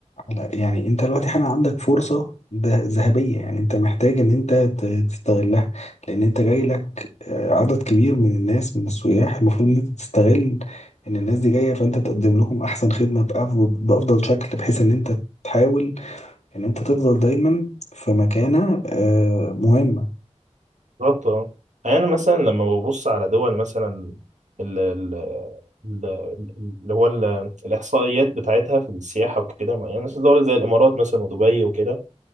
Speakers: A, on the left; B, on the right.
A: لا يعني انت دلوقتي حالا عندك فرصة ده ذهبية يعني انت محتاج ان انت ت- تستغلها لان انت جاي لك آه، عدد كبير من الناس من السياح المفروض ان انت تستغل ان الناس دي جاية فانت تقدم لهم احسن خدمة بأف- بافضل شكل بحيث ان انت تحاول ان انت تفضل دايما في مكانة آه، مهمة
B: بالظبط اه يعني مثلا لما ببص على دول مثلا ال ال ال- اللي هو ال- الإحصائيات بتاعتها في السياحة وكده يعني مثلا دول زي الإمارات مثلا ودبي وكده